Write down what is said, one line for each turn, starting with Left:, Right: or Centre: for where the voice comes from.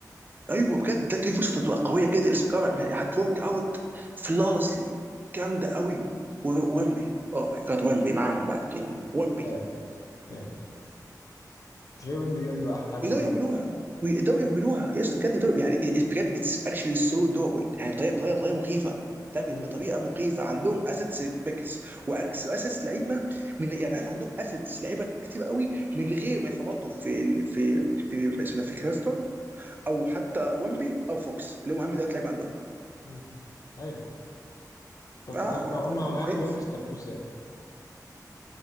Right: ايوه بجد ده تري فرصه تبقى قويه جدا لسه كمان هتورك اوت فلawlessly جامده قوي و- ويمبي اوه ماي جاد ويمبي معاهم بقى اتنين ويمبي
Left: يعني يعني تري ويمبي دي هتبقى احلى حاجه
Right: ويقدروا
Left: في الحياه
Right: يعملوها ويقدروا يعملوها يا اسطى بجد يقدروا يعني it- بجد اتس اكشلي سو دوبل يعني بطريقه بطريقه بطريقه مخيفه تعرف
Left: مم.
Right: إيه؟ بطريقه مخيفه عندهم اسيتس بيكس واكس اسيتس لعيبه من يعني قاعد عندهم اسيتس لعيبه كتير قوي من غير ما يفرطوا في ال- في في اسمه ده في كريستون او حتى ويمبي او فوكس اللي هم اهم ثلاث لعيبه عندهم
Left: مم. ايوه طب
Right: آه
Left: طب لو هما
Right: مخيف
Left: هياخدوا يانس ياخدوه ازاي؟